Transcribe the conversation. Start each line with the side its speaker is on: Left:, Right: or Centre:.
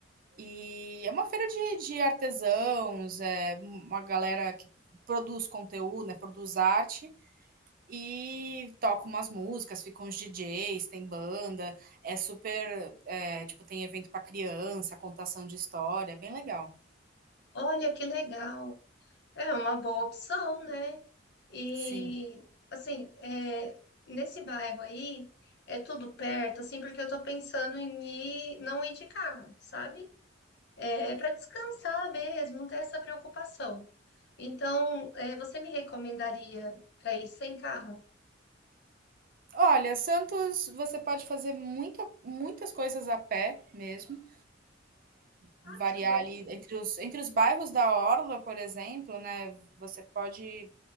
Right: e é uma feira de, de artesãos, é uma galera que produz conteúdo, né? Produz arte e toca umas músicas, ficam os DJs, tem banda, é super, é, tipo tem evento para criança, contação de história, é bem legal.
Left: Olha que legal. É uma boa opção, né? E,
Right: Sim.
Left: assim, é, nesse bairro aí, é tudo perto, assim, porque eu tô pensando em ir, não ir de carro, sabe? É, para descansar mesmo, não ter essa preocupação. Então, é, você me recomendaria para ir sem carro?
Right: Olha, Santos, você pode fazer muita, muitas coisas a pé mesmo. Variar
Left: Ah, que bom.
Right: ali entre os entre os bairros da orla, por exemplo, né, você pode